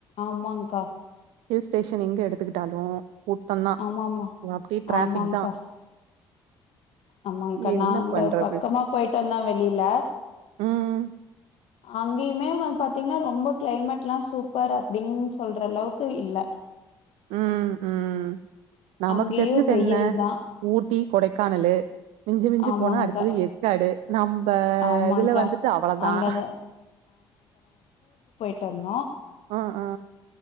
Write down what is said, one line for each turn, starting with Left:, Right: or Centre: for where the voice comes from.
Left: ஆமாங்கா
Right: ஹில் ஸ்டேஷன் எங்க எடுத்துக்கிட்டாலு கூட்டந்தா
Left: ஆமாமா
Right: அப்டியே டிராஃபிக்
Left: ஆமாங்க்கா
Right: தா
Left: ஆமாங்க்கா
Right: என்ன
Left: நாங்க
Right: பண்றது
Left: பக்கமா போய்ட்டு வந்தோ வெளியில
Right: ம்
Left: அங்கேயுமே வ பாத்தீங்னா ரொம்ப கிளைமேட் எல்லா சூப்பர் அப்படின் சொல்ற அளவுக்கு இல்ல
Right: ம் உம் நமக்கு
Left: அங்கேயு
Right: தெரிஞ்சது
Left: வெயில்
Right: என்ன
Left: தா
Right: ஊட்டி கொடை கானலு மிஞ்சி மிஞ்சி
Left: ஆமாங்க்கா
Right: போனா அடுத்தது ஏற்காடு நம்ம
Left: ஆமாங்க்கா
Right: இதுல வந்துட்டு அவ்வளவுதான்
Left: அங்கதா ப <unintelligible>
Right: ஆஹ் ஹா